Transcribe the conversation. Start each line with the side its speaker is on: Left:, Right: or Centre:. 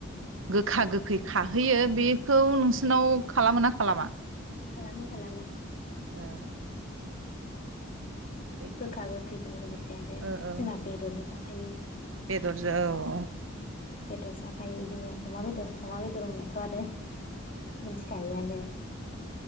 Right: गोखा गोखै बि खाहैयो बि खौ नोंसिनाव खालामोना? खालामा
Left: खालामो खालामो
Right: ओ खै
Left: गोखा गोखैजों लोगोसे आरो
Right: ओ
Left: जोंना
Right: ओ
Left: बेदरबो जाबा थायो
Right: बेदरजों औ
Left: बेदर जाफायो बिदिनो अमा बेदर अमा बेदर होनबाथ'आरो मिनथि खायोआनो